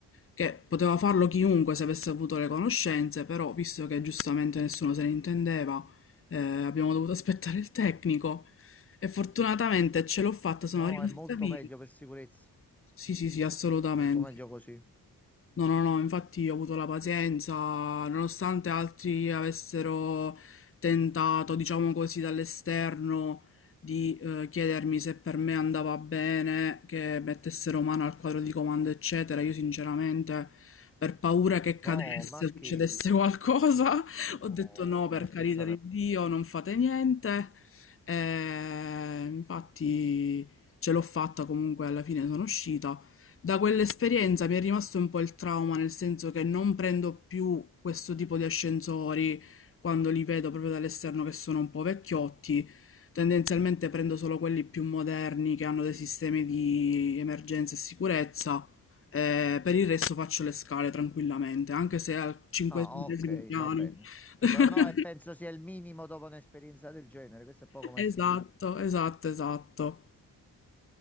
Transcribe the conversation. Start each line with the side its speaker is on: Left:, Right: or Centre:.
Left: che poteva farlo chiunque se avesse avuto le conoscenze, però visto che giustamente nessuno se ne intendeva, eh, abbiamo dovuto aspettare il tecnico e fortunatamente ce l'ho fatta, sono
Centre: No,
Left: rimasta
Centre: è molto
Left: viva.
Centre: meglio per sicurezza,
Left: Sì, sì, sì, assolutamente.
Centre: molto meglio così.
Left: No, no, no, infatti ho avuto la pazienza, nonostante altri avessero tentato, diciamo così, dall'esterno di eh, chiedermi se per me andava bene, che mettessero mano al quadro di comando, eccetera, io sinceramente, per paura che cadesse,
Centre: No, ma
Left: succedesse
Centre: che?
Left: qualcosa, <laughs>
Centre: No,
Left: ho detto no,
Centre: ma
Left: per
Centre: non scherzare.
Left: carità di Dio, non fate niente. E infatti ce l'ho fatta comunque, alla fine sono uscita. Da quell'esperienza mi è rimasto un po' il trauma, nel senso che non prendo più questo tipo di ascensori quando li vedo proprio dall'esterno che sono un po' vecchiotti. Tendenzialmente prendo solo quelli più moderni che hanno dei sistemi di emergenza e sicurezza. Eh, per il resto faccio le scale tranquillamente, anche se al cinquecentesimo
Centre: Ah, ok,
Left: piano.
Centre: va bene.
Left: <laughs>
Centre: No, no, e penso sia il minimo dopo un'esperienza del genere, questo è poco ma è sicuro.
Left: Esatto, esatto, esatto.